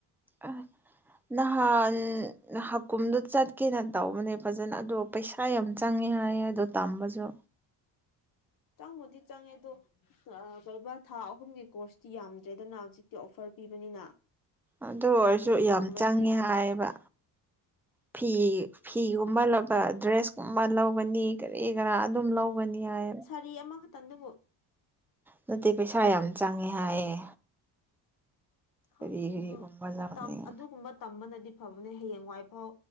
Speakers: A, in the centre; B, on the left.
A: ꯑ ꯅꯍꯥꯟ ꯍꯀꯨꯝꯗꯣ ꯆꯠꯀꯦꯅ ꯇꯧꯕꯅꯦ ꯐꯖꯅ ꯑꯗꯣ ꯄꯩꯁꯥ ꯌꯥꯝ ꯆꯪꯉꯦ ꯍꯥꯏꯌꯦ ꯑꯗꯣ ꯇꯝꯕꯖꯨ
B: ꯆꯪꯕꯨꯗꯤ ꯆꯪꯉꯦ ꯑꯗꯣ ꯀꯩꯕ ꯊꯥ ꯑꯍꯨꯝꯒꯤ ꯀꯣꯔꯁꯇꯤ ꯌꯥꯝꯗ꯭ꯔꯦꯗꯅ ꯍꯧꯖꯤꯛꯇꯤ ꯑꯣꯐꯔ ꯄꯤꯕꯅꯤꯅ
A: ꯑꯗꯨ ꯑꯣꯏꯔꯁꯨ
B: ꯑꯗꯨ
A: ꯌꯥꯝ
B: ꯇꯝꯃꯗꯤ
A: ꯆꯪꯉꯦ ꯍꯥꯏꯌꯦꯕ ꯐꯤ ꯐꯤꯒꯨꯝꯕ ꯂꯩꯕ ꯗ꯭ꯔꯦꯁ ꯀꯨꯝꯕ ꯂꯧꯒꯅꯤ ꯀꯔꯤ ꯀꯔꯥ ꯑꯗꯨꯝ ꯂꯧꯒꯅꯤ ꯍꯥꯏ
B: ꯀꯔꯤ ꯑꯃꯈꯛꯇꯪꯗꯨꯕꯣ
A: ꯅꯠꯇꯦ ꯄꯩꯁꯥ ꯌꯥꯝ ꯆꯪꯉꯦ ꯍꯥꯏꯌꯦ
B: ꯈꯪꯗꯦ
A: ꯀꯔꯤ ꯀꯔꯤꯒꯨꯝꯕ
B: ꯑꯗꯨ
A: ꯂꯧꯅꯤꯡ
B: ꯇꯝ ꯑꯗꯨꯒꯨꯝꯕ ꯇꯝꯕꯅꯗꯤ ꯐꯕꯅꯦ ꯍꯌꯦꯡꯋꯥꯏꯐꯥꯎ